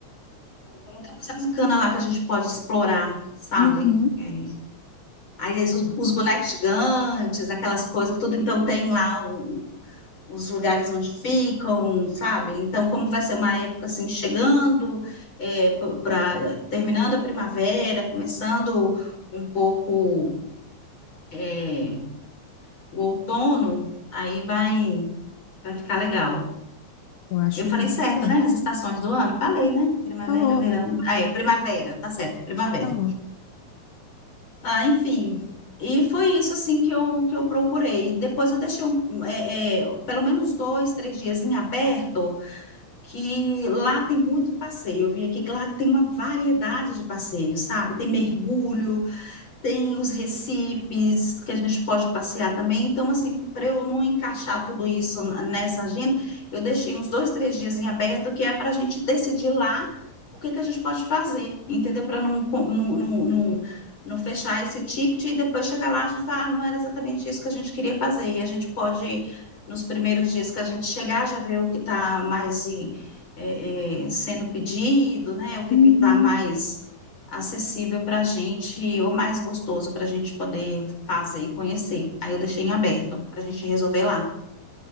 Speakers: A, on the left; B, on the left.
A: Tem muita coisa bacana lá que a gente pode explorar, sabe?
B: Uhum,
A: Eh, Aí os, os bonecos gigantes, aquelas coisas, tudo, então tem lá os lugares onde ficam, sabe? Então, como vai ser uma época assim, chegando, é, para terminando a primavera, começando um pouco é, o outono, aí vai, vai ficar legal.
B: eu acho
A: Eu falei
B: muito
A: certo,
B: bom.
A: né? As estações do ano, falei, né? Primavera,
B: Falou,
A: verão. Ah, é, primavera, tá certo, primavera.
B: falou.
A: Ah, enfim. E foi isso, assim, que eu, que eu procurei. Depois eu deixei um, é, é, pelo menos dois, três dias em aberto, que lá tem muito passeio. Eu vi aqui que lá tem uma variedade de passeios, sabe? Tem mergulho, tem os recifes que a gente pode passear também. Então, assim, para eu não encaixar tudo isso n- nessa agenda, eu deixei uns dois, três dias em aberto, que é para a gente decidir lá o que que a gente pode fazer, entendeu? Para não, co- não, não, não, não fechar esse ticket e depois chegar lá a gente falar ah, não era exatamente isso que a gente queria fazer. E a gente pode, nos primeiros dias que a gente chegar, já ver o que está mais em- eh, eh, sendo pedido, né? O que
B: Uhum.
A: que está mais acessível para a gente, ou mais gostoso para a gente poder fazer e conhecer. Aí eu deixei em aberto para a gente resolver lá.